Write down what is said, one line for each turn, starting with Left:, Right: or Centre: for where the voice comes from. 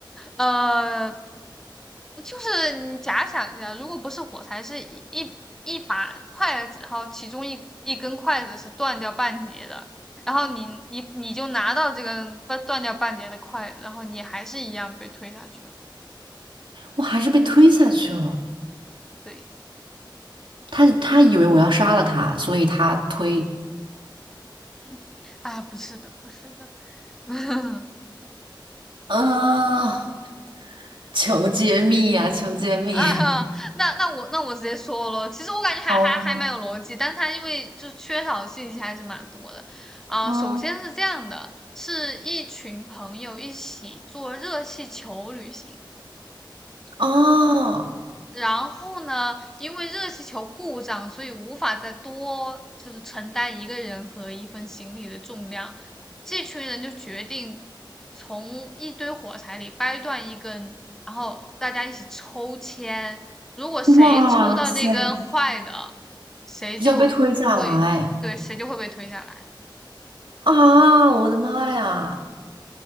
Centre: 呃，就是你假想一下，如果不是火柴，是一一一把筷子，然后其中一一根筷子是断掉半截的，然后你你你就拿到这根断断掉半截的筷子，然后你还是一样被推下去了。
Right: 我还是被推下去了。
Centre: 对，
Right: 他他以为我要杀了他，所以他推
Centre: 嗯嗯，啊，不是的，不是的。<laughs>
Right: 啊，求揭秘呀、求揭秘！
Centre: <laughs> 啊，
Right: <laughs>
Centre: 哈，那那我那我直接说咯，其实我感觉还还还蛮有逻辑，
Right: 哦
Centre: 但是它因为就是缺少的信息还是蛮多的。啊、
Right: 哦
Centre: 首先是这样的，是一群朋友一起做热气球旅行，
Right: 啊！
Centre: 然后呢，因为热气球故障，所以无法再多就是承担一个人和一份行李的重量。这群人就决定从一堆火柴里掰断一根，然后大家一起抽签。如果谁抽到那根坏的，
Right: 哇塞，
Centre: 谁就会，
Right: 他就要被推下来
Centre: 对，谁就会被推下来。
Right: 啊！我的妈呀，